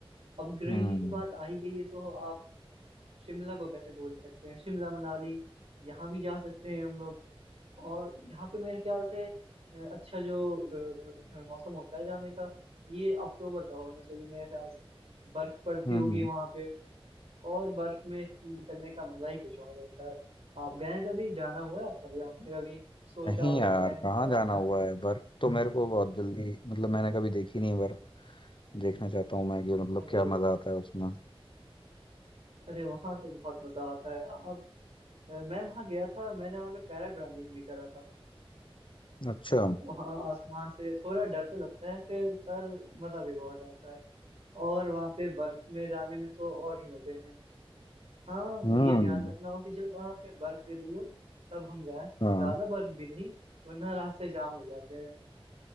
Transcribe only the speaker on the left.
हम्म
हम्म
हम्म।
नहीं
यार
कहाँ
जाना
हुआ
है बर्फ तो मेरे को बहुत जल्दी मतलब मैंने कभी देखी नहीं है बर्फ देखना चाहता हूँ मैं कि मतलब
क्या मजा आता है उसमें
अच्छा
हम्म
हाँ